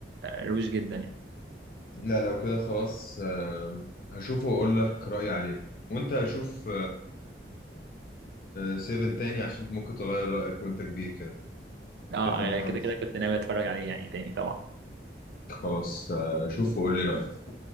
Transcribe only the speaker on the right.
روش جدا يعني
اه
يعني
كده كده كنت ناوي اتفرج عليه يعني تاني طبعا